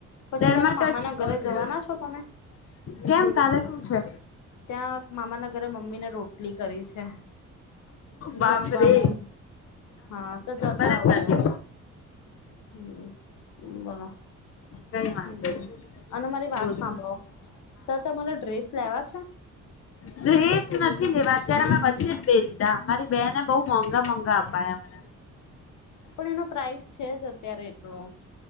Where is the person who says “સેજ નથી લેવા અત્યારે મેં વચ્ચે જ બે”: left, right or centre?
Left